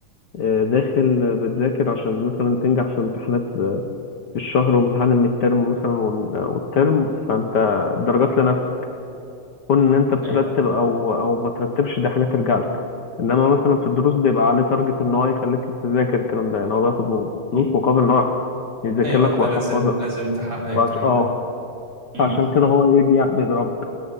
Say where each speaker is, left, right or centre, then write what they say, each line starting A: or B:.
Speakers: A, on the left; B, on the right.
A: آه، داخل بتذاكر عشان مثلا تنجح في امتحانات الشهر وامتحان المترم مثلا وال- والترم فانت درجات لنفسك كون ان انت بترتب
B: ايوه
A: او او ما ترتبش دي حاجه ترجع لك انما مثلا في الدروس بيبقى عليه تارجت ان هو يخليك تذاكر الكلام ده يعني هو بياخد م-
B: م.
A: فلوس مقابل ان هو يذاكر
B: ايوه
A: لك
B: انت
A: ويحفظك
B: لازم لازم تحقق الكلام
A: فعش- اه
B: ده م.
A: عشان كده هو ايه بيع- بيضربك